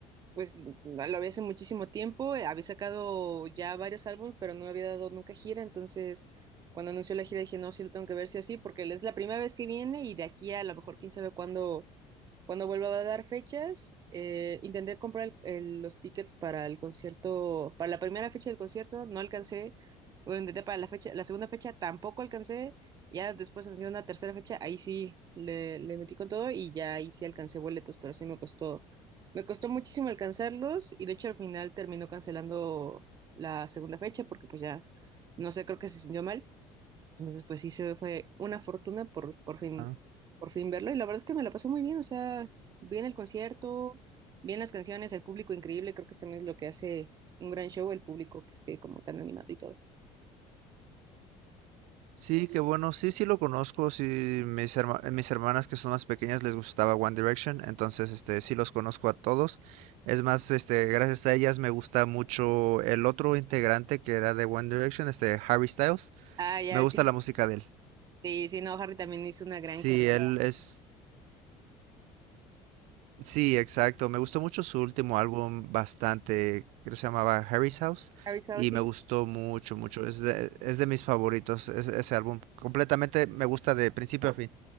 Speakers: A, on the right (about 30°); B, on the right (about 70°).
A: pues no, lo había hace muchísimo tiempo, eh, había sacado ya varios álbumes pero no había dado nunca gira, entonces cuando anunció la gira dije no, sí lo tengo que ver sí o sí porque es la primera vez que viene y de aquí a lo mejor quién sabe cuándo cuando vuelva a dar fechas, eh, intenté comprar el- el- los tickets para el concierto, para la primera fecha del concierto, no alcancé. Bueno, intenté para la fecha, la segunda fecha tampoco alcancé. Ya después en una tercera fecha, ahí sí le, le metí con todo y ya ahí sí alcancé boletos, pero sí me costó, me costó muchísimo alcanzarlos y de hecho al final terminó cancelando la segunda fecha porque pues ya, no sé, creo que se sintió mal. Entonces, pues sí se fue una fortuna por, por fin,
B: Ah.
A: por fin verlo. Y la verdad es que me la pasé muy bien. O sea, bien el concierto, bien las canciones, el público increíble. Creo que también es lo que hace un gran show, el público que esté como tan animado y todo.
B: Sí, qué bueno. Sí, sí lo conozco. Sí, mis herma- mis hermanas que son más pequeñas les gustaba One Direction, entonces este sí los conozco a todos. Es más, este gracias a ellas me gusta mucho el otro integrante que era de One Direction, este Harry Styles.
A: Ah, ya,
B: Me gusta
A: sí.
B: la música de él.
A: Sí, sí, no, Harry también hizo una gran
B: Sí,
A: carrera.
B: él es sí, exacto. Me gustó mucho su último álbum bastante, creo que se llamaba Harry's House
A: Harry Styles,
B: y
A: sí,
B: me gustó mucho, mucho. Es de, es de mis favoritos ese ese álbum. Completamente me gusta de principio a fin.